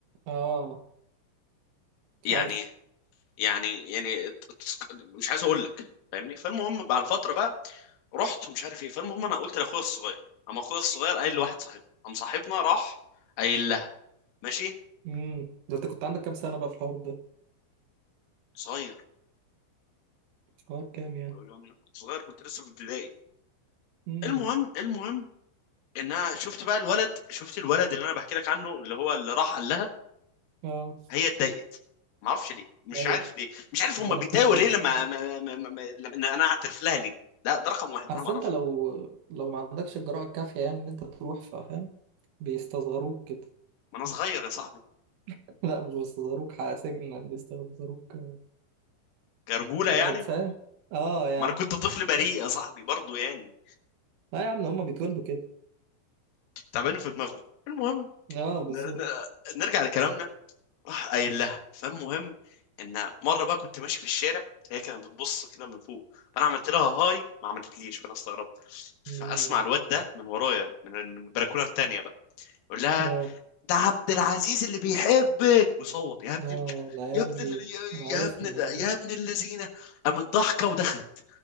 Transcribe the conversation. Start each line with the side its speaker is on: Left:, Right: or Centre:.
Right: اه
Left: يعني
Right: عارفه
Left: يعني يعني ت- تسك- مش عايز اقول لك فاهمني فالمهم بعد الفتره بقى رحت ومش عارف ايه فالمهم انا قلت لاخويا الصغير اما اخويا الصغير قايل لواحد صاحبنا قام صاحبنا راح قايل لها ماشي
Right: امم ده انت كنت عندك كام سنة بقى في الحوار ده
Left: صغير
Right: في الحوار كام يعني
Left: يعني كنت صغير كنت لسه في ابتدائي
Right: امم
Left: المهم المهم ان انا شفت بقى الولد شفت الولد اللي انا بحكي لك عنه اللي هو اللي راح قال لها
Right: اه
Left: هي اتضايقت ما اعرفش ليه مش
Right: ايوه
Left: عارف ليه مش عارف هم
Right: البنات
Left: بيتضايقوا
Right: ما بتحبش
Left: ليه لما ما ما ما ما- لما إن انا اعترف لها ليه لا ده رقم واحد
Right: اصل
Left: انا ما اعرفش
Right: انت لو لو ما عندكش الجرأة الكافية يعني ان انت تروح فاهم بيستصغروك كده
Left: ما انا صغير يا صاحبي
Right: <laughs> لا مش بيستصغروك ح- سجن بيستصغروك
Left: كرجوله
Right: يعني
Left: يعني
Right: فاهم اه يعني
Left: ما انا كنت طفل بريء يا صاحبي برضو يعني
Right: اه يا عم هما بيتولدوا كده
Left: تعبان في دماغه المهم
Right: اه بالظبط
Left: ن- ن- نرجع لكلامنا راح قايل لها فالمهم ان مره بقى كنت ماشي في الشارع هي كانت بتبص كده من فوق فانا عملت لها هاي ما عملتليش فانا استغربت فاسمع
Right: مم.
Left: الواد ده من ورايا من البلكونه التانيه بقى يقول لها
Right: اه
Left: ده عبد العزيز اللي بيحبك وصوت يا ابن
Right: اه
Left: ال...
Right: العيال
Left: يا ابن
Right: دي
Left: ال... يا
Right: انا
Left: يا
Right: عارفهم
Left: ابن ال...
Right: العيال دي
Left: يا ابن اللذينه قامت ضحكه ودخلت